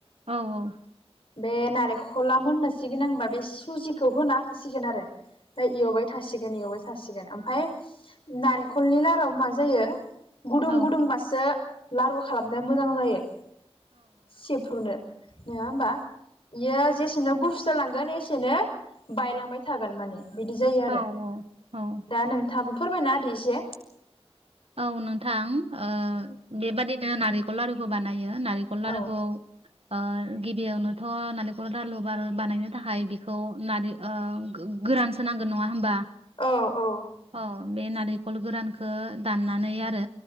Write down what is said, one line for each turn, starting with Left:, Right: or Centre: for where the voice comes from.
Right: औ औ
Left: बे नारेखला मोननोसि गोनांबा बे सुजिखौ होना होफासिगोन आरो। ओमफाय इयावबाय थासिगोन इयावबाय थासिगोन ओमफाय नारेखलनि लारुआ मा जायो? गुदुं
Right: औ
Left: गुदुंबासो लारु खालामनो मोजां जायो। सेफ्रुनो नोङा होमबा इयो जेसेनो गुुस सोलांगोन एसेनो बायलांबाय थागोन माने। बिदि जायो आरो
Right: औ औ औ
Left: दा नोंथाबो फोरमायना होदो एसे
Right: औ नोंथां ओ बेबादिनो नारेंखर लारुखौ बानाय यो नारेंखल लारु
Left: औ
Right: खौ ओ गिबियावनोथ नारेंखल लालु बाल बानायनो थाखाय बेखौ नारि ओ गोरानसो नांगोन नङा होमबा?
Left: औ औ
Right: औ बे नारेंखल गोरानखो दाननानै आरो